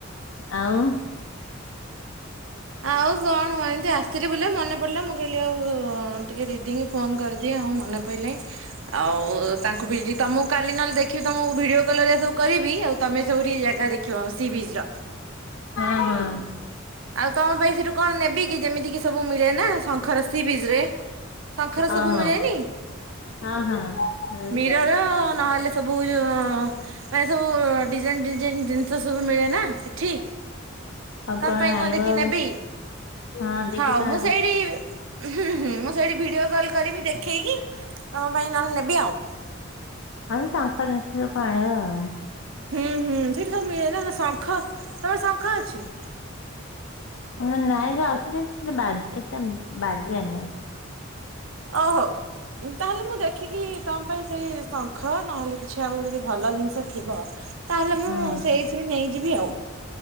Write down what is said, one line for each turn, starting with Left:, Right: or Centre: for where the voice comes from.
Left: ଆଉ
Right: ଆଉ କଣ ମ ଏମିତି ଆସିଥିଲି ବୋଲି ମନେ ପଡ଼ିଲା ମୁଁ କହିଲି ଆଉ ଟିକେ ଦିଦିଙ୍କୁ ଫୋନ କରିଦିଏ ଆଉ ମନେ ପଇଲାଇଁ ଆଉ ତାଙ୍କୁ ବି ତମକୁ କାଲି ନହେଲେ ଦେଖିବି ତମକୁ ଭିଡିଓ କଲ ହରିକା ସବୁ କରିବି। ଆଉ ତମେ ସବୁ ଟିକେ ଜାଗା ଦେଖିବ ସି ବିଚ୍ ର।
Left: ହଁ ହଁ।
Right: ଆଉ ତମ ପାଇଁ ସେଠୁ କଣ ନେବି କି ଯେମିତି କି ସବୁ ମିଳେ ନା ଶଙ୍ଖର ସି ବିଚ୍ ରେ। ଶଙ୍ଖର ସବୁ
Left: ଓହୋ
Right: ମିଳେନି
Left: ହଁ ହଁ ଏଇ
Right: ମୀରର ନହେଲେ ସବୁ ଅ ମାନେ ସବୁ ଡିଜାଇନ ଡିଜାଇନ ଜିନିଷ ସବୁ ମିଳେ ନା ସେଠି?
Left: ଆଉ
Right: ତମ ପାଇଁ
Left: ଆଣିବ
Right: କଣ ଦେଖି
Left: ଆଉ।
Right: ନେବି?
Left: ହଁ ଦେଖି
Right: ହଉ
Left: କଣ
Right: ମୁଁ ସେଇଠି ହୁଁ ହୁଁ ମୁଁ ସେଇଠି ଭିଡିଓ କଲ କରିବି ଦେଖେଇକି ତମ ପାଇଁ ନହେଲେ ନେବି ଆଉ।
Left: ହଁ ସେଇ ଶଙ୍ଖ ଜିନିଷ ସବୁ ଆଣିବ ଆଉ।
Right: ହୁଁ ହୁଁ ସେଇଠି ସବୁ ମିଳେ ନା ନା ଶଙ୍ଖ। ତମର ଶଙ୍ଖ ଅଛି?
Left: ନା ନାଇଁ ଯେ ଅଛି ଯେ <unintelligible> ବାଜେ ଏତେ ଉଁ ବାଜେନି।
Right: ଓହୋ। ତାହେଲେ ମୁଁ ଦେଖିକି ତମ ପାଇଁ ସେଇ ଶଙ୍ଖ ନହେଲେ କିଛି ଆଉ ଯଦି ଭଲ ଜିନିଷ ଥିବ ତାହେଲେ ମୁଁ
Left: ହଁ।
Right: ସେଇଥିରୁ ନେଇଯିବି ଆଉ।